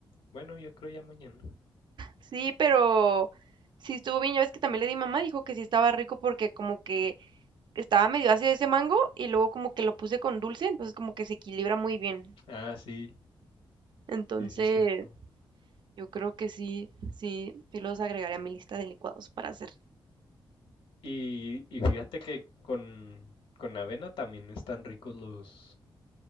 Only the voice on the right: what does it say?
Sí, pero sí estuvo bien. Ya ves que también le di a mamá, dijo que sí estaba rico porque como que estaba medio ácido ese mango y luego como que lo puse con dulce, entonces como que se equilibra muy bien.
Entonces,
yo creo que sí, sí, sí los agregaré a mi lista de licuados para hacer.